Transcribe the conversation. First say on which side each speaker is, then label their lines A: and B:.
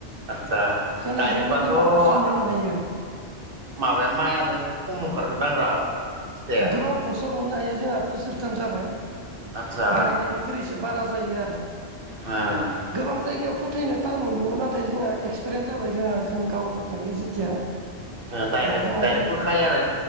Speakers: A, on the right; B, on the right.
A: आदसा
B: फोनायजोंबो
A: डाइरेक्ट बाथ
B: गोबां
A: आ
B: फसल मोननो हायो
A: माबाया माइआनो खम ओंखारगोनदां रा फिथाइया
B: गोबां फसल मोननो हायो जोंहा बोसोरथाम जाबाय।
A: आदसा
B: गायनायनिख्रुय एसे बारा जायो आरो।
A: ओ
B: गोबां जायगायाव फो थैनो टान मोन्दोंमोन नाथाय जोंहा एक्सपिरियेन्स जाबाय जोंहा जों गावनो गायो जेथिया।
A: ओ दायरेक
B: दा जोंहा
A: दायरेक फोखायो आरो